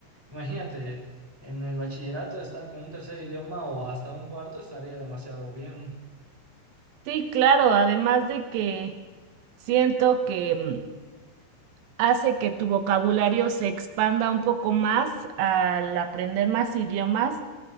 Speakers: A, in the centre; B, on the right.
A: Imagínate, en el bachillerato estar con un tercer idioma o hasta un cuarto estaría demasiado bien.
B: Sí, claro, además de que Siento que mm, hace que tu vocabulario se expanda un poco más al aprender más idiomas,